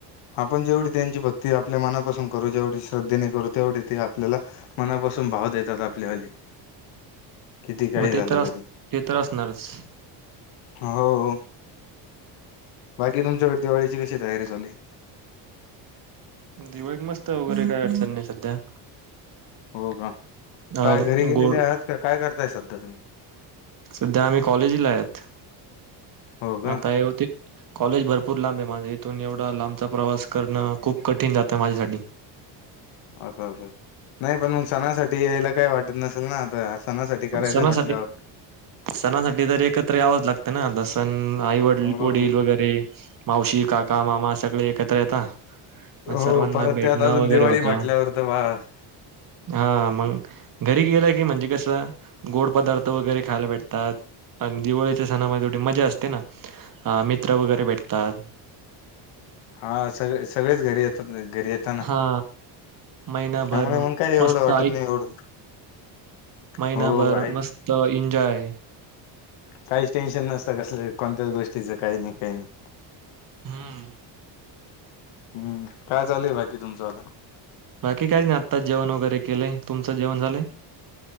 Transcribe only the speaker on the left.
आपण जेवढी त्यांची भक्ती आपल्या मनापासून करू जेवढी श्रद्धेने करू तेवढी ते आपल्याला मनापासून भाव देतात आपल्या वाले. किती काही
झालं
तरी
हो. बाकी तुमच्याकडे दिवाळीची कशी तयारी चालुय?
हो का
काय घरी गेलेले
आहात का काय करताय सध्या तुम्ही?
हो का
असं असं नाही पण मग सणासाठी यायला काय वाटत नसेल ना? आता सणासाठी करायचं
म्हटल्यावर
हो
हो
परत
त्यात अजून
दिवाळी
म्हटल्यावर तर बास
हा सगळे सगळेच घरी येतात घरी येताना
त्यामुळे मग काही एवढं
वाटत नाही एवढं.
हो
आहे
काहीच टेन्शन नसतं कसलं कोणत्याच गोष्टीचं काही नाही काही नाही.
हम्म काय चालेय बाकी तुमचं आता?